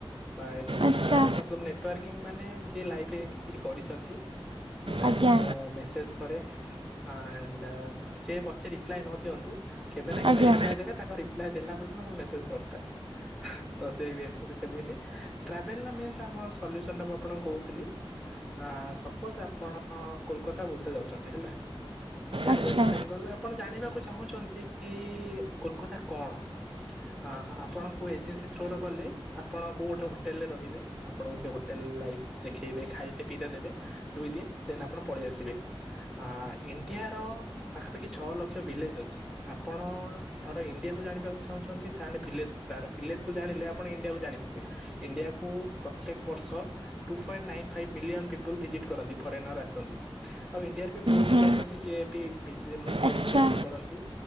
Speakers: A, in the centre; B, on the right.
A: ବାଏ ପ୍ରଫେସନାଲ
B: ଆଚ୍ଛା
A: ମତଲବ ନେଟୱାର୍କିଂ ମାନେ ଯିଏ ଲାଇଫରେ କିଛି କରିଛନ୍ତି। ତାଙ୍କୁ
B: ଆଜ୍ଞା
A: ମୁଁ ମେସେଜ କରେ ଆଣ୍ଡ ସିଏ ପଛେ ରିପ୍ଲାଏ ନ ଦିଅନ୍ତୁ କେବେ ନା କେବେ
B: ଆଜ୍ଞା
A: ରିପ୍ଲାଏ ଦେବେ ତାଙ୍କ ରିପ୍ଲାଏ ଦେଲା ପର୍ଯ୍ୟନ୍ତ ମୁଁ ମେସେଜ୍ କରୁଥାଏ। ତ ସେ ବି ଆ ସେମିତି ଟ୍ରାଭେଲର ମିଲ୍ସ ଆମର ସଲ୍ୟୁସନ୍ ଟୁ ମୁଁ ଆପଣଙ୍କୁ କହୁଥିଲି ଆ ସପୋଜ ଆପଣ କୋଲକାତା ବୁଲିତେ ଯାଉଛନ୍ତି ହେଲା। ଏହା
B: ଆଚ୍ଛା
A: ୱେଷ୍ଟ ବେଙ୍ଗଲ ଆପଣ ଜାଣିବାକୁ ଚାହୁଁଛନ୍ତି କି କୋଲକାତା କଣ। ଅ ଆପଣ କୋଉ ଏଜେନ୍ସି ଥ୍ରୋରେ ଗଲେ ଆପଣ କୋଉ ଗୋଟେ ହୋଟେଲରେ ରହିବେ ଆ ଆପଣଙ୍କୁ ସେ ହୋଟେଲ ଲାଇଫ ଦେଖେଇବେ ଖାଇତେ ପିଇ ଦେବେ ଦୁଇ ଦିନ ଦେନ ଆପଣ ପଳେଇ ଆସିବେ। ଆ ଇଣ୍ଡିଆ ର ପାଖାପାଖି ଛଅ ଲକ୍ଷ ଭିଲେଜ ଅଛି। ଆପଣ ଧର ଇଣ୍ଡିଆ କୁ ଜାଣିବାକୁ ଚାହୁଁଛନ୍ତି ତାହେଲେ ଭିଲେଜ ଭିଲେଜକୁ ଜାଣିଲେ ଆପଣ ଇଣ୍ଡିଆକୁ ଜାଣିବେ ଇଣ୍ଡିଆକୁ ପ୍ରତ୍ୟେକ ବର୍ଷ two point nine five million people visit କରନ୍ତି ଫରେନର ଆସନ୍ତି। ଆଉ ଇଣ୍ଡିଆରେ ବି ବହୁତ
B: ହୁଁ
A: ଲୋକ ଅଛନ୍ତି ଯିଏ ପି ଭି ସବୁ
B: ଆଚ୍ଛା
A: ବୁଲାବୁଲି କରନ୍ତି